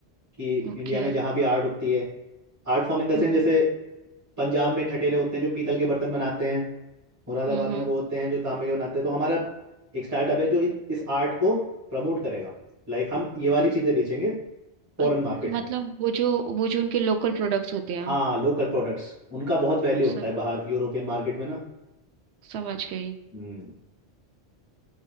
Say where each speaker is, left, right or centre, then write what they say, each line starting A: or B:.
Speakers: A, on the right; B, on the right.
A: कि
B: ओके
A: इंडिया में जहाँ भी आर्ट होती है art form in the sense
B: हम्म
A: जैसे पंजाब में ठठेरे होते हैं जो पीतल के बर्तन बनाते हैं मुरादाबाद
B: हम्म हम्म।
A: में वो होते हैं जो तांबे के बनाते हैं तो हमारा एक स्टार्टअप है जो इन इस आर्ट को प्रमोट करेगा लाइक हम ये वाली चीज़ें बेचेंगे फॉरेन
B: अ-
A: मार्केट
B: मतलब
A: में
B: वो जो वो जो उनके लोकल प्रोडक्ट्स होते हैं
A: हाँ लोकल प्रोडक्ट्स उनका बहुत वैल्यू होता
B: सम,
A: है बाहर यूरोपियन मार्केट में ना
B: समझ गई
A: हम्म